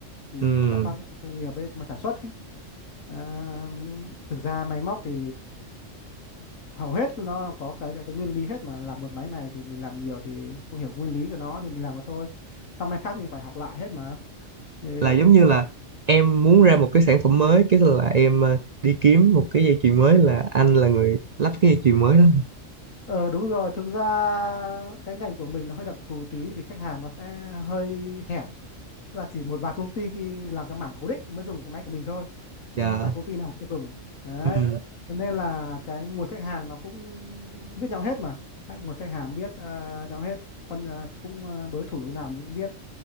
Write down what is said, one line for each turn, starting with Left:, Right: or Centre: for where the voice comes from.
Left: thì
Right: ừ.
Left: trong các khu nghiệp ấy mà sản xuất ấy à, thực ra máy móc thì hầu hết nó có cái, cái cái nguyên lý hết mà làm một máy này thì mình làm nhiều thì cũng hiểu nguyên lý của nó thì mình làm mà thôi sang máy khác mình phải học lại hết mà thì
Right: Là giống như là em muốn ra một cái sản phẩm mới cái là em ờ, đi kiếm một cái dây chuyền mới là anh là người lắp cái dây chuyền mới đó.
Left: ờ đúng rồi thực ra cái ngành của mình nó hơi đặc thù tí vì khách hàng nó sẽ hơi hẹp Tức là chỉ một vài công ty làm trong mảng cố định mới dùng cái máy của mình thôi
Right: Dạ.
Left: chứ không phải công ty nào cũng dùng đấy
Right: Ừ.
Left: Cho nên là cái nguồn khách hàng nó cũng biết nhau hết mà Hay, nguồn khách hàng biết ờ, nhau hết quan ờ, cũng ờ, đối thủ như nào mình cũng biết